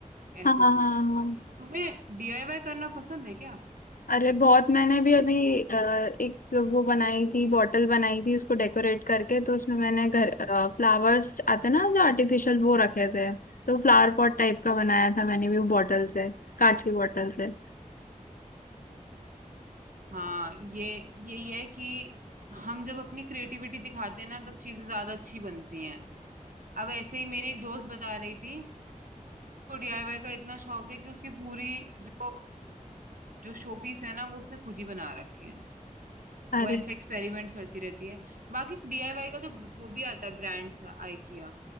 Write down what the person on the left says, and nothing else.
हाँ हाँ
हाँ हाँ।
अरे बहुत मैंने भी अभी अ, एक वो बनाई थी बॉटल बनाई थी उसको डेकोरेट करके तो उसमें मैंने घर फ्लावर्स आते ना जो आर्टिफिशियल वो रखे थे तो फ्लावर पॉट टाइप का बनाया था मैंने भी वो बॉटल से कांच की बॉटल से
अरे